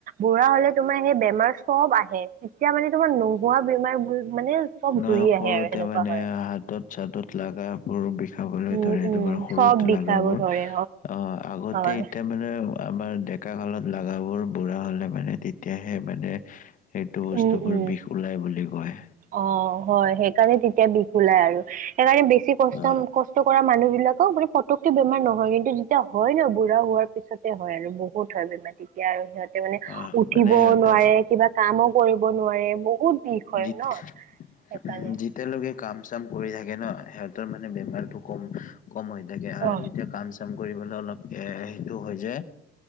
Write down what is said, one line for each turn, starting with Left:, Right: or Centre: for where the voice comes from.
Right: বুঢ়া হ'লে তোমাৰ সেই বেমাৰ চব আহে। তেতিয়া মানে তোমাৰ নোহোৱা বেমাৰবোৰ মানে চব
Left: নহয়,
Right: ঘূৰি
Left: সৰুতে
Right: আহে আৰু সেনেকুৱা
Left: মানে
Right: হয়
Left: হাতত চাতত লাগাবোৰ বিষাবলৈ
Right: উম
Left: ধৰে,
Right: উম
Left: তোমাৰ সৰুত
Right: চব বিষাব
Left: লাগাবোৰ,
Right: ধৰে
Left: অ', আগতে
Right: হয়
Left: এতিয়া মানে আমাৰ ডেকা কালত লাগাবোৰ বুঢ়া হ'লে মানে তেতিয়াহে মানে সেইটো বস্তুবোৰ
Right: উম উম
Left: বিষ ওলাই বুলি কয়।
Right: অ', হয়, সেইকাৰণে তেতিয়া বিষ ওলাই আৰু, সেইকাৰণে বেছি কষ্ট-ক
Left: অ
Right: কষ্ট কৰা মানুহ বিলাকৰ মানে পতককে বেমাৰ নহয়, কিন্তু যেতিয়া হয় ন বুঢ়া হোৱাৰ পিছতে হয় আৰু বহুত হয় বেমাৰ তেতিয়া আৰু সিহঁতে মানে
Left: অ
Right: উঠিবও
Left: মানে সিহঁতক
Right: নোৱাৰে, কিবা কামো কৰিব নোৱাৰে, বহুত বিষ হয়
Left: যিত-যেতিয়ালৈকে
Right: ন সেইকাৰণে
Left: কাম চাম কৰি থাকে ন, সিহঁতৰ মানে বেমাৰটো কম-কম হৈ থাকে আৰু
Right: অ
Left: যেতিয়া কাম চাম চাম কৰিবলৈ অলপ এ-সেইটো হৈ যায়